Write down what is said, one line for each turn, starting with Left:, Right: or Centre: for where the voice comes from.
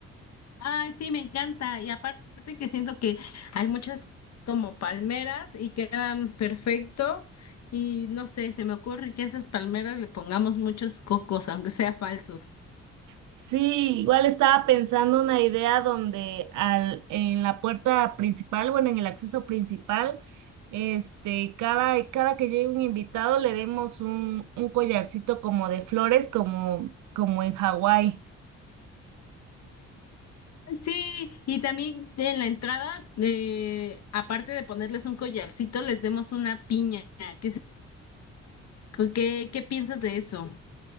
Left: Ay, sí, me encanta. Y aparte que siento que hay muchas como palmeras y quedan perfecto. Y no sé, se me ocurre que a esas palmeras le pongamos muchos cocos, aunque sea falsos.
Right: Sí, igual estaba pensando una idea donde al, en la puerta principal, bueno, en el acceso principal, este, cada, cada que llegue un invitado le demos un, un collarcito como de flores, como, como en Hawái.
Left: Sí, y también en la entrada, eh, aparte de ponerles un collarcito, les demos una piña. ¿Qué, se- qué, qué piensas de eso?